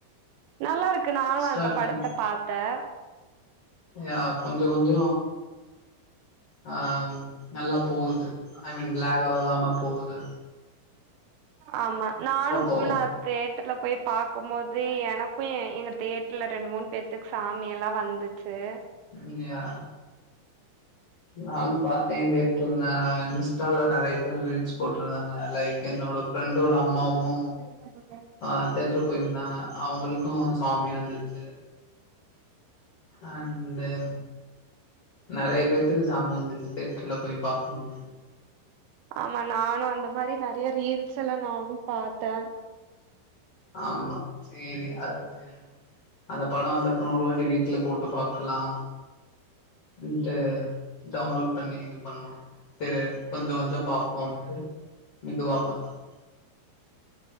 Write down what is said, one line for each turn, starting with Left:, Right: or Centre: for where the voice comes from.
Right: நல்லா ருக்கு நானு
Left: ஸ்டார்டிங்
Right: அந்த படத்த பாத்தே
Left: ஏ கொஞ்ச கொஞ்ச ஆ நல்லா போகுது ஐ மீன் பிலாக் ஆகாம போவுது
Right: ஆமா நானு
Left: போவு
Right: புனாக் தேட்டர்ல போய் பாக்கும் போது எனக்கு எங்க தேட்டர்ல ரெண்டு மூணு பேத்துக்கு சாமியெல்லா வந்துச் சே
Left: உண்ம்யா நானும் பாத்தே தேவ் இருந்தாக இன்ஸ்டால நெறைய பேர் ரீல்ஸ் போட்ருந்தாங்க லைக் என்னோட ஃப்ரெண்டோட அம்மாவு
Right: வாங்குட்தே
Left: ஆ தேட்ருக்கு போயிருந்தாங்க அவங்களுக்கு சாமி வந்துச்சு அண்டு நெறைய பேத்துக்கு சாமி வந்துச்சு தேட்டுர்ல போய் பாக்கும்போது
Right: ஆமா நானு அந்த மாரி நெறைய ரீல்ஸ் எல்லா நானும் பாத்தே
Left: ஆமா சேரி அது சேரி அந்த படொ வந்த அப்றொ ஒரு வாட்டி வீட்ல போட்டு பாக்லா ன்ட்டு டவுன்லோட் பண்ணி இது பண்ணு செரி கொஞ்ச கொஞ்ச பாப்போன்டு மிதுவா பாத்த